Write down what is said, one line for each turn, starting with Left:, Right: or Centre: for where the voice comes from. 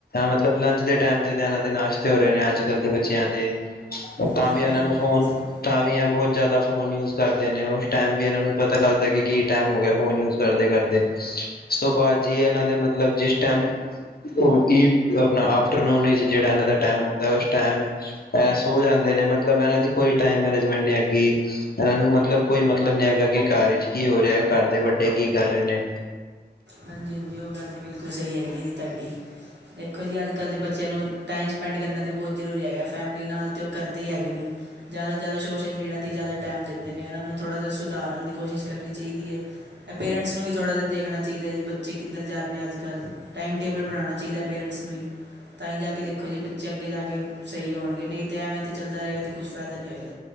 Left: ਮਤਲਬ ਲੰਚ ਦੇ ਟੈਮ <unintelligible> ਏਨਾ ਦੇ ਨਾਸ਼ਤੇ ਹੋਰੇ ਨੇ ਅਜ ਕਲ ਦੇ ਬੱਚਆਂ ਦੇ,
Right: ਹਾਂਜੀ
Left: ਤਾਂ ਵੀ
Right: ਹਾਂਜੀ
Left: ਏਨਾਂ
Right: ਉਹ
Left: ਨੂੰ
Right: ਗੱਲ
Left: ਫੋ਼ਨ
Right: ਤੇ ਸਹੀ ਹੈ
Left: ਤਾਂ ਵੀ ਐ ਬੋਤ ਜਾਦਾ ਫੋ਼ਨ ਯੂਜ਼ ਕਾਰਦੇ ਨੇ ਐਰ ਟੈਮ ਵੀ ਏਨਾਂ ਨੂ ਪਤਾ ਲਗਦਾ ਕਿ, ਕੀ ਟੈਮ ਹੋਗਆ ਫੋ਼ਨ ਯੂਜ਼ ਕਾਰਦੇ ਕਾਰਦੇ <unintelligible> ਉਸ ਤੋ ਬਾਦ ਜੀ ਏਨਾ ਦੇ ਮਤਲਬ ਜਿਸ ਟੈਮ <unintelligible> ਆਪਨਾ ਆਫ਼ਟਰਨੂਨ ਜੇੜਾ ਏਨਾ ਦਾ ਟੈਮ ਹੁੰਦਾ ਐ ਉਸ ਟੈਮ ਐ ਸੋ ਜਾਂਦੇ ਨੇ, ਮਤਲਬ ਏਨਾਂ ਦੀ ਕੋਈ ਟਾਈਮ ਮੈਨੇਜਮੈਂਟ ਨੀ ਹੈਗੀ। ਏਨਾ ਨੂ ਮਤਲਬ ਕੋਈ ਮਤਲਬ ਨੀ ਹੈਗਾ ਕਿ ਘਰ ਇਚ ਕੀ ਹੋ ਰੇਆ, ਘਾਰ ਦੇ ਵੱਡੇ ਕੀ ਕਾਰੇ ਨੇ
Right: ਹਾਂਜੀ, ਹਾਂਜੀ ਓ ਗਲ ਤੇ ਬਿਲਕੁਲ ਸਈ ਹੈਗੀ ਏ ਜੀ ਤੂਆਡੀ। ਦੇਖੋ ਜੀ ਅਜ ਕਲ ਦੇ ਬੱਚੇਆਂ ਨੂ ਟਾਈਮ ਸਪੈਂਡ ਕਰਨਾ ਤੇ ਬੋਤ ਜਰੂਰੀ ਹੈਗਾ ਫੈ਼ਮਲੀ ਨਾਲ ਤੇ ਓ ਕਰਦੇ ਹੈਗੇ ਨੀ ਜਾਦਾ ਤੋ ਜਾਦਾ ਸੋਸ਼ਲ ਮੀਡੀਆ ਤੇ ਜਾਦਾ ਟੈਮ ਦੇਂਦੇ ਨੇ, ਏਨਾਂ ਨੂ ਥੋੜਾ ਜਾ ਸੁਧਾਰਨ ਦੀ ਕੋਸ਼ਿਸ਼ ਕਰਨੀ ਚਾਈਦੀ ਏ। ਐ ਪੇਰੈਂਟਸ ਨੂ ਵੀ ਥੋੜਾ ਜਾ ਦੇਖਨਾ ਚਾਈਦਾ ਜੀ ਬੱਚੇ ਕਿਧਰ ਜਾ ਰੇ ਨੇ ਅਜ ਕਲ, ਟਾਈਮ ਟੇਬਲ ਬਨਾਨਾ ਚਾਈਦਾ ਪੇਰੈਂਟਸ ਨੂ ਈ ਤਾਂਈ ਜਾ ਕੇ ਦੇਖੋ ਜੀ ਬੱਚੇ ਅਗੇ ਜਾ ਕੇ, ਸਹੀ ਹੋਣਗੇ ਨਈ ਤੇ ਐਵੇਂ ਤੇ ਚਲਦਾ ਰੇਗਾ ਤੇ ਕੁਛ ਫਾਏਦਾ ਨਈ ਹੋਏਗਾ।